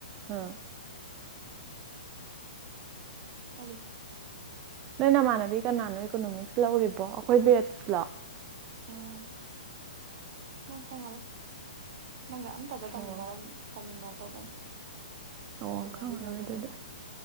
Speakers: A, on the right; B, on the right.
A: ꯎꯝ
B: ꯀꯔꯤ
A: ꯅꯣꯏ ꯅꯃꯥꯟꯅꯕꯤ ꯀꯅꯥꯅꯣ ꯏꯀꯣꯅꯣꯃꯤꯛꯁ ꯂꯧꯔꯤꯕꯣ ꯑꯩꯈꯣꯏ ꯕꯦꯠꯁꯂꯣ
B: ꯎꯝ ꯅꯪ ꯈꯪꯉꯔꯣꯏ ꯅꯪꯒ ꯑꯝꯇꯗ ꯇꯝꯃꯤꯟꯅꯔꯝ
A: ꯑꯣ
B: ꯇꯝꯃꯤꯟꯅꯗꯕꯟ
A: ꯑꯣ
B: ꯇꯝꯃꯤꯟꯅꯒꯤꯕ꯭ꯔꯅꯦ
A: ꯈꯪꯉꯔꯣꯏ ꯑꯗꯨꯗꯤ
B: ꯑꯗꯨꯕꯨ